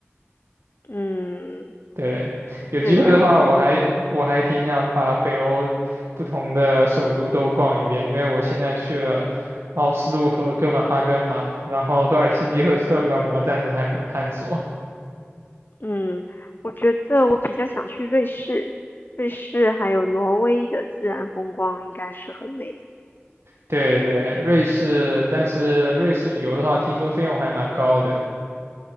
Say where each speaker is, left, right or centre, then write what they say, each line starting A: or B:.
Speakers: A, on the left; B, on the right.
A: 嗯，
B: 对，有机会的话，
A: 这样啊。
B: 我还我还挺想把北欧不同的首都都逛一遍，因为我现在去了奥斯陆和哥本哈根嘛，然后赫尔辛基和斯德哥尔摩暂时还没有探索。
A: 嗯，我觉得我比较想去瑞士，瑞士还有挪威的自然风光应该是很美的
B: 对对，瑞士，但是瑞士旅游的话，听说费用还蛮高的。